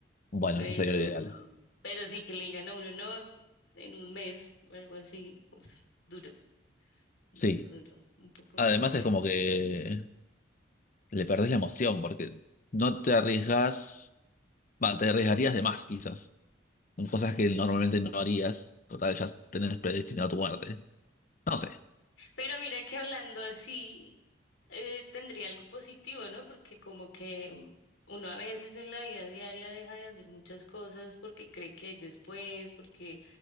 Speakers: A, on the left; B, on the left.
A: bueno,
B: pero,
A: eso sería lo ideal.
B: pero sí que le digan a uno, no, en un mes o algo así, duro. Duro,
A: Sí,
B: duro, un poco
A: además
B: complejo.
A: es como que le perdés la emoción porque no te arriesgas, va, te arriesgarías de más quizás, con cosas que normalmente no harías. Total, ya tenés predestinado tu muerte. No sé.
B: Pero mira que hablando así, eh, tendría algo positivo, ¿no? Porque como que mm, uno a veces en la vida diaria deja de hacer muchas cosas porque cree que hay después, porque